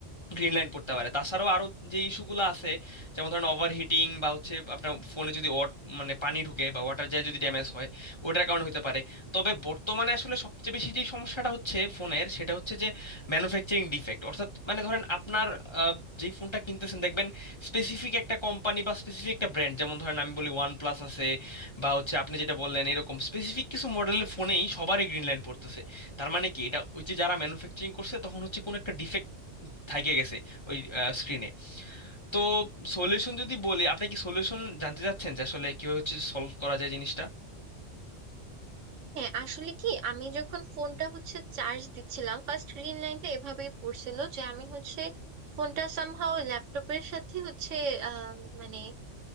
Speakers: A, on the left; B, on the right.
A: গ্রিন লাইন পড়তে পারে তাছাড়াও আরো যে ইস্যুগুলো আছে যেমন ধরেন ওভারহিটিং বা হচ্ছে আপনার ফোনে যদি ওয়াট- মানে পানি ঢুকে বা ওয়াটার যায় যদি ড্যামেজ হয় ওটার কারণে হতে পারে তবে বর্তমানে আসলে সবচেয়ে বেশি যে সমস্যাটা হচ্ছে ফোনের সেটা হচ্ছে যে ম্যানুফ্যাকচারিং ডিফেক্ট অর্থাৎ মানে ধরেন আপনার আহ, যেই ফোনটা কিনতেছেন দেখবেন স্পেসিফিক একটা কোম্পানি বা স্পেসিফিক একটা ব্র্যান্ড যেমন ধরেন আমি বলি ওয়ান প্লাস আছে বা হচ্ছে আপনি যেটা বললেন এরকম স্পেসিফিক কিছু মডেলের ফোনেই সবারই গ্রিন লাইন পড়তেছে তার মানে কি এটা ওই যে যারা ম্যানুফ্যাকচারিং করছে তখন হচ্ছে কোনো একটা ডিফেক্ট থাইকে গেছে ওই স্ক্রিনে তো সলিউশন যদি বলি আপনি কি সলিউশন জানতে চাচ্ছেন যে আসলে কিভাবে হচ্ছে সলভ করা যায় জিনিসটা
B: হ্যাঁ আসলে কি আমি যখন ফোনটা হচ্ছে চার্জ দিচ্ছিলাম ফার্স্ট গ্রিন লাইনটা এভাবেই পড়ছিল যে আমি হচ্ছে ফোনটা সামহাও ল্যাপটপের সাথে হচ্ছে আহ, মানে